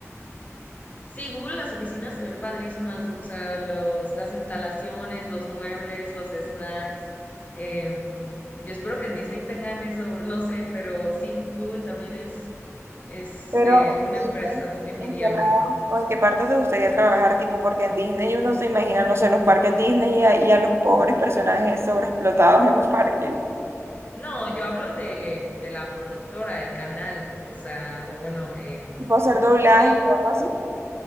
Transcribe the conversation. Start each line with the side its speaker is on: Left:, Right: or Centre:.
Left: Sí, Google, las oficinas se ven padrísimas, o sea, los, las instalaciones, los muebles, los snacks. em, yo espero que en Disney tengan eso, no sé, pero sí, Google también es, es
Right: Pero
Left: eh,
Right: en
Left: una
Right: Disney,
Left: empresa envidiable.
Right: ¿en qué lado o en qué parte te gustaría trabajar? Tipo, porque en Disney uno se imagina, no sé, los parques Disney y a, y a los pobres personajes sobreexplotados en los parques.
Left: No, yo hablo de, de la productora, el canal, o sea, o bueno, eh,
Right: Tipo, hacer doblaje
Left: sí,
Right: o algo así.